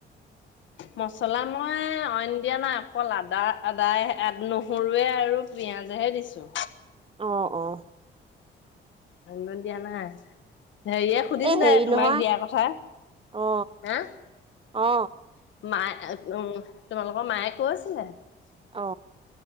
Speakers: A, on the left; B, on the right.
A: মছলা মই অইন দিয়া নাই অকল আদা। আদায় আদ নহৰুৱে আৰু। পিয়াজহে দিছো
B: অ অ
A: নন্ন্দিয় <unintelligible> নাই হেৰিয়ে
B: এ হেৰি
A: সুধিছিলে
B: নহয়
A: তোমাক দিয়াৰ
B: অ
A: কথা হ,
B: অ
A: মায়ে উম তোমালোকৰ মায়ে কৈছিলে,
B: অ